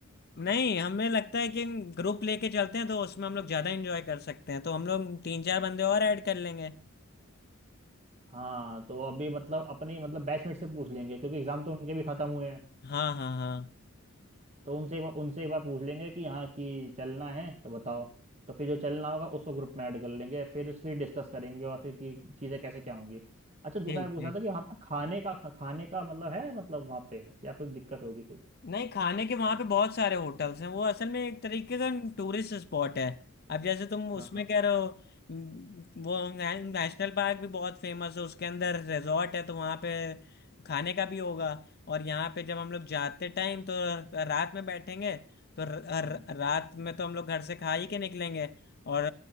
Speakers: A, on the left (about 50°); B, on the right (about 30°).
A: नहीं हमें लगता है कि ग्रुप लेके चलते हैं तो उसमें हम लोग ज़्यादा एंजॉय कर सकते हैं तो हम लोग तीन चार बंदे और ऐड कर लेंगे
B: हाँ तो अभी मतलब अपने मतलब बैचमेट से पूछ लेंगे क्योंकि एग्जाम तो उनके भी खत्म हुए हैं
A: हाँ हाँ हाँ
B: तो उनसे एक बार उनसे एक बार पूछ लेंगे कि हाँ कि चलना है तो बताओ तो फिर जो चलना होगा उसको ग्रुप में ऐड कर लेंगे फिर फिर डिस्कस करेंगे और फिर कि चीज़ें कैसे क्या होंगी अच्छा दूसरा
A: ठीक
B: मैं पूछ
A: ठीक
B: रहा था कि वहाँ पर खाने का खा- खाने का मतलब है मतलब वहाँ पे क्या फिर दिक्कत होगी कोई
A: नहीं खाने के वहां पे बहुत सारे होटल्स हैं वो असल में एक तरीके का टूरिस्ट स्पॉट है अब जैसे तुम उसमें
B: हाँ
A: कह रहे हो हम्म, वो ने- नेशनल पार्क भी बहुत फेमस है उसके अंदर रिजॉर्ट है तो वहां पे खाने का भी होगा और यहाँ पे जब हम लोग जाते टाइम तो रात में बैठेंगे तो र,
B: हम्म।
A: र, रात में तो हम लोग घर से खा ही के निकलेंगे और